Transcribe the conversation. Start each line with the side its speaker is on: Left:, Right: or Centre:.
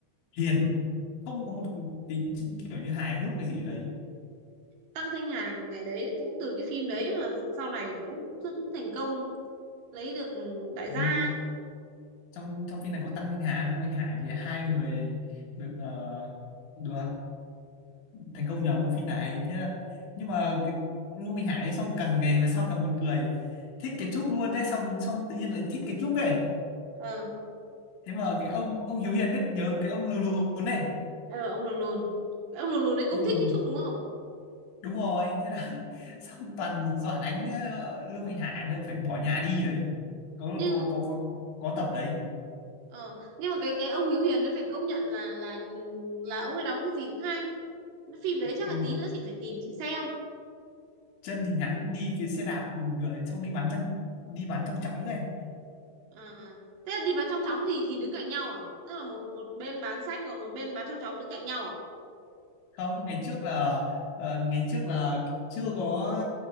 Right: Ừ.
Left: hiền không có một tính kiểu như hài hước cái gì ở đấy
Right: Tăng Thanh Hà ngày đấy cũng từ cái phim đấy mà sau này cũng cũng cũng thành công lấy được đại gia
Left: Ừ, trong trong phim này có Tăng Thanh Hà với Anh Hải thì hai người được ờ, được thành công nhờ bộ phim này thế là nhưng mà cái Ngô Minh Hải xong càng ngày về sau càng buồn cười thích
Right: ừ.
Left: cái Trúc luôn đấy xong xong tự nhiên lại thích cái Trúc ấy
Right: ờ
Left: thế mà cái ông ông Hiếu Hiền biết nhớ cái ông lù lù này
Right: ờ ông lùn lùn Cái ông lùn lùn đấy
Left: ông
Right: cũng
Left: lù
Right: thích
Left: lù
Right: cái Trúc đúng không
Left: đúng rồi thế là <laughs> xong toàn dọa đánh ờ, Lương Mạnh Hải mới phải bỏ nhà đi đấy có
Right: nhưng
Left: có
Right: mà-
Left: có có, có tập đấy
Right: ờ, nhưng mà cái cái ông Hiếu Hiền đấy phải công nhận là là ừ, là ông ấy đóng cái gì cũng hay Cái phim đấy
Left: Ừ,
Right: chắc là tí nữa chị phải tìm chị xem
Left: chân thì ngắn đi cái xe đạp buồn cười xong đi bắn trong đi bắn trong chóng này
Right: À, thế đi bán trong chóng thì thì đứng cạnh nhau à? Tức là một một bên bán sách còn một bên bán trong chóng đứng cạnh nhau à?
Left: không ngày trước là ờ, ngày trước là chưa có